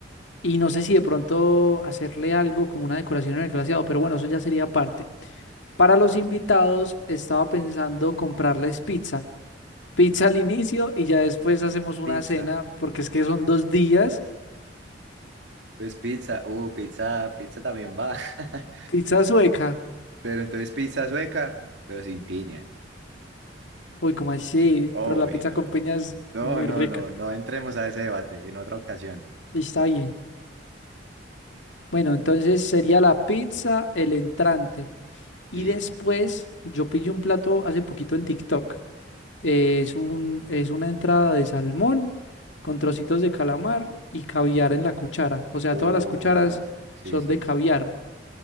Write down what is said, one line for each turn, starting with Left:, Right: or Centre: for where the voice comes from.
Left: Y no sé si de pronto hacerle algo como una decoración en el glaseado, pero bueno, eso ya sería parte. Para los invitados, estaba pensando comprarles pizza. Pizza al inicio y ya después hacemos una
Right: Pizza,
Left: cena, porque es que son dos días.
Right: pues pizza, uh, pizza, pizza también va, <laughs>
Left: Pizza sueca.
Right: pero entonces pizza sueca, pero sin piña.
Left: Uy, como así,
Right: Uy,
Left: pero la pizza
Right: no,
Left: con piña es
Right: no,
Left: muy
Right: no,
Left: rica.
Right: no, no entremos a ese debate en otra ocasión.
Left: Está bien. Bueno, entonces sería la pizza, el entrante. Y
Right: Sí.
Left: después yo pillé un plato hace poquito en TikTok. Es un, es una entrada de salmón con trocitos de calamar y caviar en la cuchara. O sea,
Right: Uh,
Left: todas las cucharas
Right: sí,
Left: son
Right: sí.
Left: de caviar.